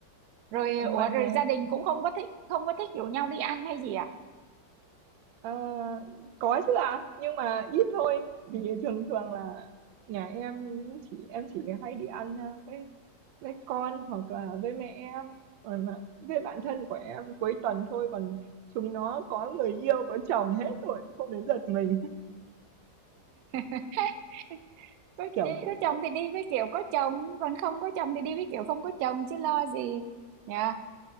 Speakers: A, on the right; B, on the right.
A: rồi
B: lành
A: ủa
B: mạnh
A: rồi
B: mà.
A: gia đình cũng không có thích không có thích rủ nhau đi ăn hay gì à
B: Ờ, có chứ ạ, nhưng mà ít thôi, vì
A: Ừ.
B: thường thường là nhà em chỉ em chỉ hay đi ăn, a, với với con hoặc là với mẹ em còn là với bạn thân của em cuối tuần thôi còn chúng nó có người yêu có chồng hết rồi không đến lượt mình
A: <laughs>
B: <laughs>
A: có,
B: kiểu
A: đi,
B: cũng
A: có chồng
B: hơi
A: thì đi với kiểu có chồng còn không có chồng thì đi với kiểu không có chồng chứ lo gì nhờ